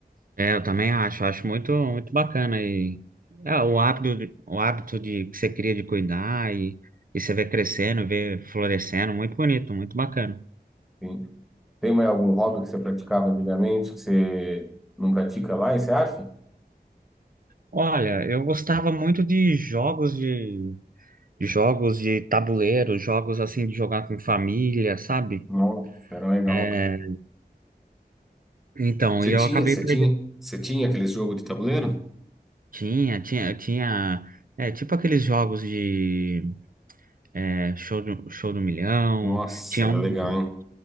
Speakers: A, on the right; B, in the centre.
A: é, eu também acho, acho muito, muito bacana e é, o hábito, de- o hábito de que você cria de cuidar e, e você vê crescendo, vê florescendo, muito bonito, muito bacana.
B: Sim. Tem mais algum hobby que você praticava antigamente que você não pratica mais, você acha?
A: Olha, eu gostava muito de jogos de jogos de tabuleiro, jogos assim de jogar com família, sabe?
B: Nossa, era legal,
A: É,
B: cara.
A: Então,
B: Você
A: e
B: tinha,
A: eu acabei
B: você
A: perdendo.
B: tinha, você tinha aqueles jogos de tabuleiro?
A: Tinha, tinha, tinha. É, tipo aqueles jogos de é, show do, show do milhão.
B: Nossa,
A: Tinha
B: era
A: um,
B: legal, hein?